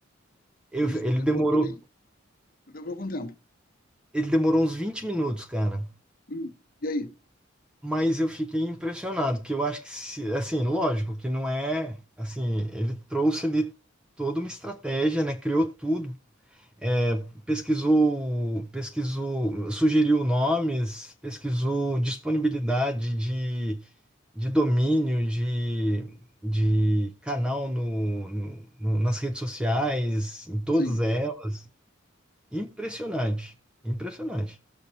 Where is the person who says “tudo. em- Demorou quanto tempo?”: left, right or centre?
Left